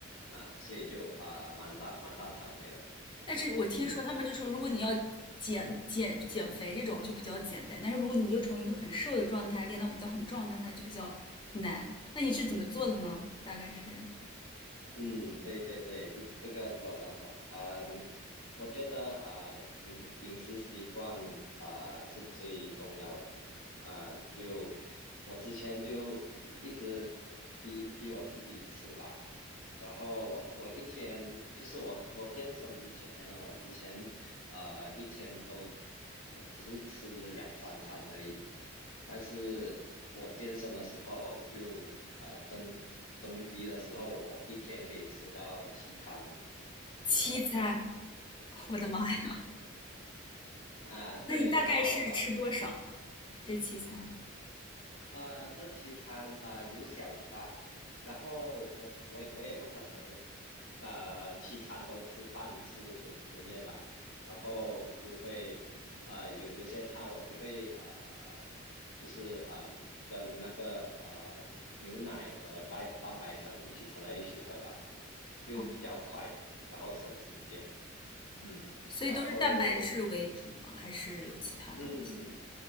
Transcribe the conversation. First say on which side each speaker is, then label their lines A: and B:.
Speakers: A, on the left; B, on the left.
A: 啊，所以就啊蛮大蛮大差别的，
B: 但是我听说他们就说，
A: 嗯。
B: 如果你要减减减肥这种就比较简单，但是如果你就从一个很瘦的状态练到比较很壮的状态就比较难。那你是怎么做的呢？大概是
A: 嗯，对对对，这这个这个我赞同。嗯，我觉得啊，呃饮饮食习惯啊，是最重要的。啊，就我之前就一一直逼逼我自己吃吧，然后我我一天就是我我健身之前呢，我之前呃一天都。呃，只是吃两三餐而已。但是我健身的时候就啊、呃、增增肌的时候，我一天可以吃到七餐，
B: 七餐，
A: 嗯，
B: 我的妈呀！
A: 然后嗯，对对。<laughs> 啊对然后呃
B: 那你大概是吃多少呢？这七餐？
A: 呃，这七餐啊有小有大，然后我我我也不可能，呃，七餐都吃饭吃吃面吧，然后就会呃有有些餐我就会呃就是啊、呃、跟那个呃牛奶和蛋蛋白粉一起掺在一起喝吧，就比较快，
B: 哦，
A: 然后省时间，嗯，
B: 所以都是蛋白质为主吗？
A: 然后嗯。
B: 还是有其他东西？
A: 嗯，